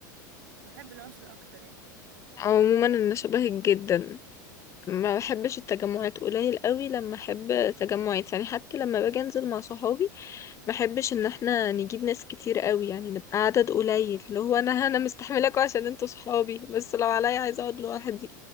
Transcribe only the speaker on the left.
عموما أنا شبهك جدا ما بحبش التجمعات قليل قوي لما أحب تجمعات يعني حتى لما باجي أنزل مع صحابي بحبش ان احنا نجيب ناس كتير قوي يعني نبقى عدد قليل اللي هو انا انا مستحملاكوا عشان انتوا صحابي بس لو عليا عايزه اقعد لوحدي